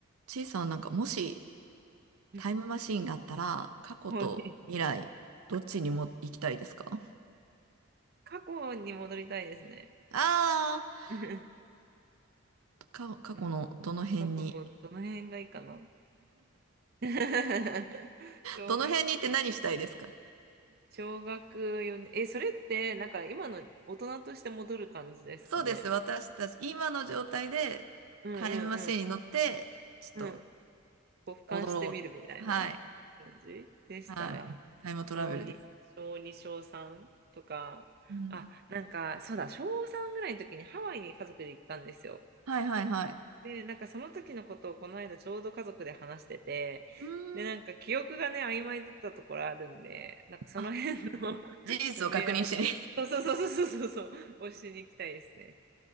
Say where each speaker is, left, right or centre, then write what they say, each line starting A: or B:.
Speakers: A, on the right (about 85°); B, on the right (about 45°).
A: ちいさんはなんか、もし
B: <laughs>
A: タイムマシーンがあったら、過去と未来、
B: もうね、
A: どっちにも行きたいですか
B: 過去に戻りたいですね。
A: ああ
B: <laughs>
A: ー、か、過去のどの辺に。
B: うん、過去のどの辺がいいかな。<laughs> 小学生、
A: どの辺にって何したいですか
B: 小学4年、え、それってなんか今の大人として戻る感じですかね。
A: そうです。私たち、今の状態でタイムマシーンに乗って、
B: うんうん
A: ちょっと
B: うん。うん。こう俯瞰してみるみたいな感じでしたら、
A: 戻ろうっていう。はい。はい。タイムトラベルです。
B: 小2、小2、小3とか、
A: うん。
B: あ、なんかそうだ、小3ぐらいの時にハワイに家族で行ったんですよ。
A: はいはいはい。
B: で、なんかその時のことをこの間ちょうど家族で話してて、
A: うーん。
B: で、なんか記憶がね、曖昧だったところあるんで、なんかその辺の
A: あ、
B: <laughs>
A: 事実を確認しに。
B: 埋め合うそうそうそうそうそうそう、をしに行きたいですね。